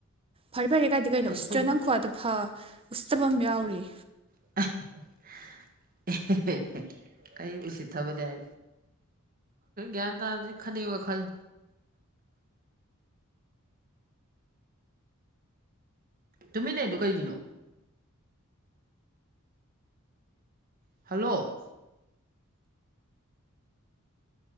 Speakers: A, on the right (about 25°); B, on the right (about 40°).
A: ꯐꯔꯦ ꯐꯔꯦ ꯀꯥꯏꯗꯤ ꯀꯩꯅꯣ
B: ꯐꯩ ꯑꯩꯈꯣꯏ
A: ꯎꯁꯤꯇ꯭ꯔꯤꯔ
B: ꯑꯩꯈꯣꯏ
A: ꯅꯪ ꯈꯨꯍꯥꯢꯗꯣ ꯐ ꯎꯁꯤꯇꯕ ꯑꯃ ꯌꯥꯎꯔꯤꯌꯦ
B: <unintelligible> ꯈꯪꯗꯦꯗ ꯒ꯭ꯌꯥꯟ ꯇꯥꯗꯦꯗ ꯈꯟꯅꯤꯡꯕ ꯈꯜꯂꯣ ꯇꯨꯃꯤꯟ ꯂꯩꯔꯤꯗꯣ ꯀꯩꯒꯤꯅꯣ ꯍꯜꯂꯣ